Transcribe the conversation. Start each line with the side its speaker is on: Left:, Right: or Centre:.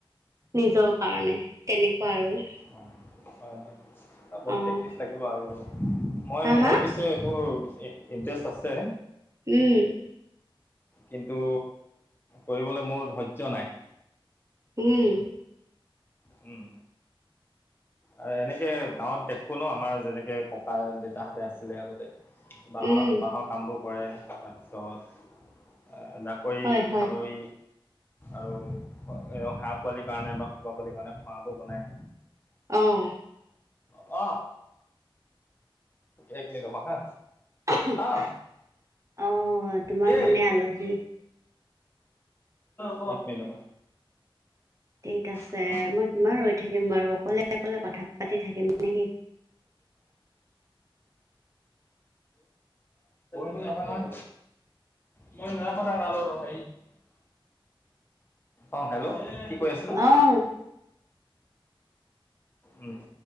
Right: নিজৰ কাৰণে তেনেকুৱা আৰু
Left: অঁ হয় হয় বহুত
Right: অঁ
Left: প্ৰেক্টিচ লাগিব আৰু মই
Right: হা
Left: ময়ো
Right: হা
Left: পিছে এইবোৰ ইণ্টাৰেষ্ট আছে
Right: উম
Left: কিন্তু কৰিবলৈ মোৰ ধৈৰ্য্য নাই
Right: উম
Left: উম আৰু এনেকে গাঁৱত দেখো ন আমাৰ যেনেকে ককা দেউতাহঁতে আছিলে আগতে বাঁহৰ
Right: উম
Left: বাঁহৰ কামবোৰ কৰে তাৰপিছত জাকৈ
Right: হয় হয়
Left: খালৈ আৰু হাঁহ পোৱালিৰ কাৰণে বা কুকুৱা পোৱালিৰ কাৰণে খোৱা বোৰ বনায়।
Right: অহ
Left: অ এক মিনিট ম হা
Right: অহ
Left: অ
Right: তোমাৰ
Left: কি এক
Right: মানে আলহী।
Left: হ মানে
Right: ঠিক
Left: <unintelligible>
Right: আছে
Left: ব ব
Right: মই কিমান ৰৈ থাকিম বাৰু অকলে অকলে কথা পাতি থাকিম নেকি
Left: নি যাবা নাই মই নাই বনা কৰোঁ লগত অ হেল্ল' কি কৈ আছিলো
Right: অঁ
Left: উ